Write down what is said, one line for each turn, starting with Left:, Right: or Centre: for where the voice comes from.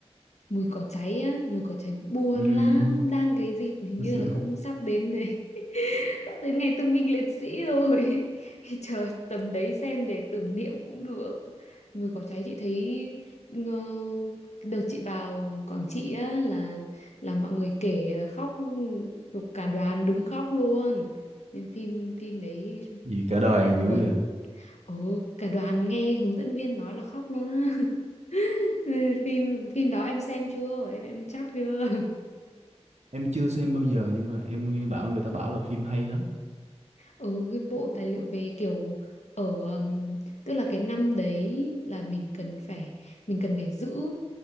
Left: mùi cỏ cháy á mùi cỏ cháy buồn
Right: Ừm,
Left: lắm đang cái dịp hình
Right: <laughs>
Left: như là cũng sắp đến này <laughs> sắp đến ngày thương binh liệt sĩ rồi <laughs> chờ tầm đấy xem để tưởng niệm cũng được mùi cỏ cháy chị thấy ngờ, đợt chị vào Quảng Trị á là là mọi người kể là khóc cả đoàn đứng khóc luôn nên phim phim đấy
Right: gì cả
Left: chắc
Right: đời
Left: là
Right: còn
Left: buồn
Right: dữ vậy
Left: Ồ, cả đoàn nghe hướng dẫn viên nói là khóc luôn á. <laughs> Phim phim đó em xem chưa? Em em chắc chưa?
Right: em chưa xem bao giờ nhưng mà em nghe bảo người ta bảo là phim hay lắm
Left: ừ, cái bộ tài liệu về kiểu ở um, tức là cái năm đấy là mình cần phải mình cần phải giữ